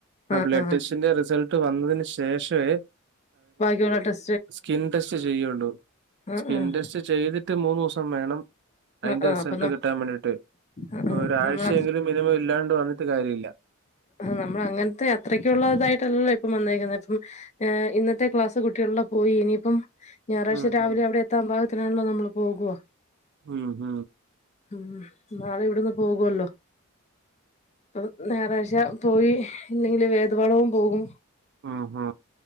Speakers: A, on the right; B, on the left.
A: ആ
B: ആഹ്
A: ബ്ലഡ്
B: ആഹ്
A: ടെസ്റ്റിന്റെ റിസൾട്ട് വന്നതിന് ശേഷവേ
B: ബാക്കി ഉള്ള ടെസ്റ്റ്‌
A: സ്കിൻ ടെസ്റ്റ് ചെയ്യുള്ളൂ
B: ആഹ്
A: സ്കിൻ
B: ആഹ്
A: ടെസ്റ്റ് ചെയ്തിട്ട് മൂന്ന് ദിവസം വേണം അതിന്റെ
B: ആഹ് ആഹ്
A: റിസൾട്ട്
B: അപ്പൊ നം
A: കിട്ടാൻ വേണ്ടിയിട്ട്
B: ആഹ് ആഹ്
A: ഒരാഴ്ചയെങ്കിലും
B: നമ്മള
A: മിനിമം ഇല്ലാണ്ട് വന്നിട്ട് കാര്യല്ല
B: നമ്മള് അങ്ങനത്തെ അത്രക്ക ഉള്ളതായിട്ടല്ലല്ലോ പ്പ ഇപ്പം വന്നേരിക്ക ഇപ്പം ഏ ഇന്നത്തെ ക്ലാസ് കുട്ടികളുടെ പോയി ഇനിയിപ്പം ഞായറാഴ്ച
A: ഉം
B: രാവിലെ അവിടെ എത്താൻ പാകത്തിനാണല്ലോ നമ്മള് പോകുവാ
A: മ് മ്
B: ഉം നാളെ ഇവിടുന്ന് പോകുവല്ലോ അപ്പ ഞായറാഴ്ച പോയി ഇല്ലെങ്കില് വേദ് വളവും പോകും
A: ആഹ് ഹാ